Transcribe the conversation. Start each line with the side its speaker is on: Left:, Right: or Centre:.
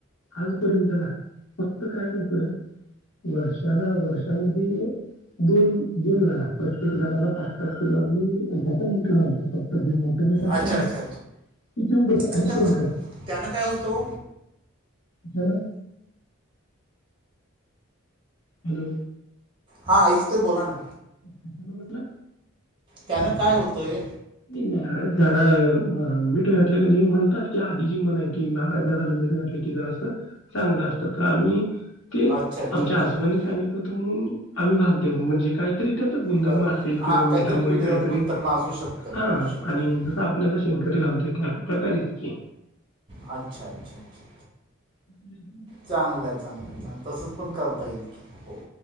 Left: आजपर्यंतला फक्त काय करतय वर्षाला वर्षामध्ये दोन दोन वेळा प्रत्येक झाडाला पाच पाच किलो <unintelligible>
Right: अच्छा,
Left: ना
Right: अच्छा,
Left: की तेवढंच आणि
Right: अच्छा,
Left: शेणखत
Right: त्यान काय होत ओ?
Left: हॅलो. हलो
Right: हा ऐकतोय बोला ना
Left: अच्छ ण म्हटलं
Right: त्यानं काय होतंय
Left: नारळ झाड मीठ घातलं की नाही म्हणतात की आधीची मन आहे कि नारळ झाडाला मीठ घातलं की जरा अस चांगलं असतं तर आम्ही ते
Right: अच्छा अच्छा
Left: आमच्या
Right: अच्छा
Left: हसबंडने सांगितलं होतं म्हणून आम्ही घालते म्हणजे काय तरी त्याचा गुणधर्म
Right: बरं
Left: असेल किंवा
Right: हां
Left: मिठामुळे
Right: काहीतरी पिढीजात
Left: काहीतरी
Right: गुंतर्म असू शकतं
Left: हा
Right: असू शकतं
Left: आणि जस आपल्याला शे खत घालतोय त्याच प्रकारचे
Right: अच्छा अच्छा अच्छा
Left: हम्म.
Right: चांगले चांगले तसेच. मग करता येईल हो